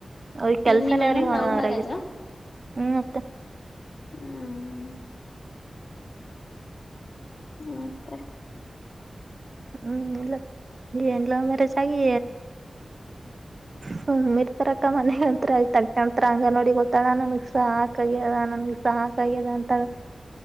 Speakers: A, on the right (about 45°); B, on the left (about 65°).
A: ಅವ ಕೆಲ್ಸನೇ
B: ಏನ್ ನಿಮ್ಮ ಅಣ್ಣನ್
A: ಅವ್ರಿಗೆ ಮನರಗತ್ತು
B: ಲವ್ ಮ್ಯಾರೇಜಾ
A: ಹ್ಮ್ ಮತ್ತೆ
B: ಹ್ಮ್ ಹ್ಮ ಮತ್ತೆ
A: ಹ್ಮ್ ಎಲ್ಲ ಎಲ್ಲ ಅಮಾರ ಚಾಗಿ ಸುಮ್ ಇರ್ತಾರಕ್ಕ ಮನ ಅಂತ್ ಆಯ್ತ ಕಂತರ ಹಂಗ ನೋಡಿ ಗೊತ್ತಾಳ ನನ್ಗ್ ಸಾಕ ಆಗ್ಯದ ನಮ ಸಹಕ ಆಾಗ್ಯದ ಅಂತಳ